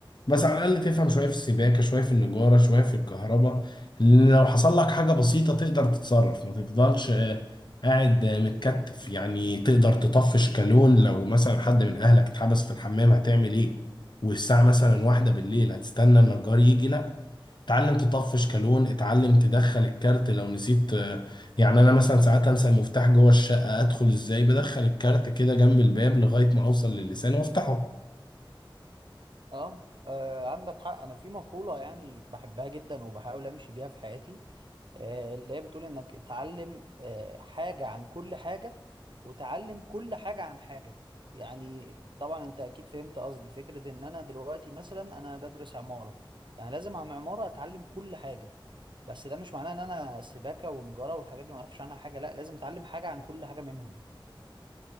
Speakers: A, on the left; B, on the right.
A: بس على الأقل تفهم شوية في السباكة شوية في النجارة شوية في الكهرباء لأن لو حصل لك حاجة بسيطة تقدر تتصرف ما تفضلش آه، قاعد آه، متكتف يعني تقدر تطفش كالون لو مثلا حد من أهلك اتحبس في الحمام هتعمل إيه والساعة مثلا واحدة بالليل هتستنى النجار يجي لا اتعلم تطفش كالون اتعلم تدخل الكارت لو نسيت آه، يعني انا مثلا ساعات انسى المفتاح جوه الشقه ادخل ازاي بدخل الكارت كده جنب الباب لغايه ما اوصل للسان وافتحه
B: اه آه، عندك حق انا في مقولة يعني بحبها جدا وبحاول امشي بيها في حياتي آه، اللي هي بتقول انك اتعلم آه، حاجة عن كل حاجة وتعلم كل حاجة عن حاجة يعني طبعا انت اكيد فهمت قصدي فكرة ان انا دلوقتي مثلا انا بدرس عمارة فانا لازم عن عمارة اتعلم كل حاجة بس ده مش معناه ان انا سباكة ونجارة والحاجات دي معرفش عنها حاجة لا لازم اتعلم حاجة عن كل حاجة منهم